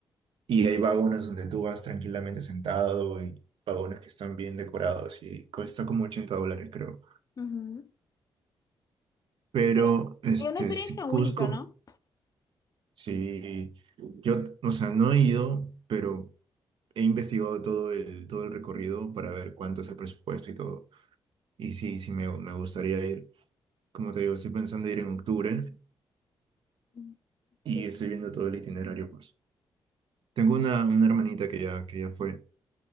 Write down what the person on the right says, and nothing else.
Y hay vagones donde tú vas tranquilamente sentado y vagones que están bien decorados y cuesta como 80 dólares, creo.
Pero,
este,
sí,
Cusco,
sí, yo, o sea, no he ido, pero he investigado todo el, todo el recorrido para ver cuánto es el presupuesto y todo. Y sí, sí, me, me gustaría ir. Como te digo, estoy pensando ir en octubre
y
estoy viendo todo el itinerario, pues. Tengo una, una hermanita que ya, que ya fue